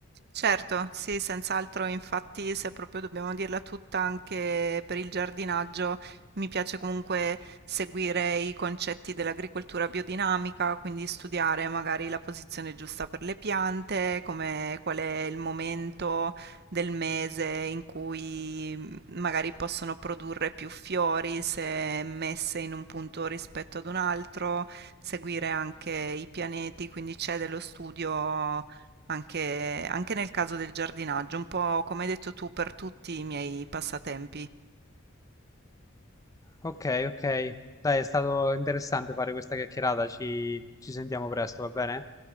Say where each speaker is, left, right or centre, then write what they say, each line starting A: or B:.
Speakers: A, on the right (about 50°); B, on the left (about 15°).
A: Certo, sì, senz'altro, infatti se proprio dobbiamo dirla tutta anche per il giardinaggio, mi piace comunque seguire i concetti dell'agricoltura biodinamica, quindi studiare magari la posizione giusta per le piante, come, qual è il momento del mese in cui mm, magari possono produrre più fiori se messe in un punto rispetto ad un altro, seguire anche i pianeti, quindi c'è dello studio anche, anche nel caso del giardinaggio, un po' come hai detto tu per tutti i miei passatempi.
B: Ok, ok. Dai, è stato interessante fare questa chiacchierata. Ci, ci sentiamo presto, va bene?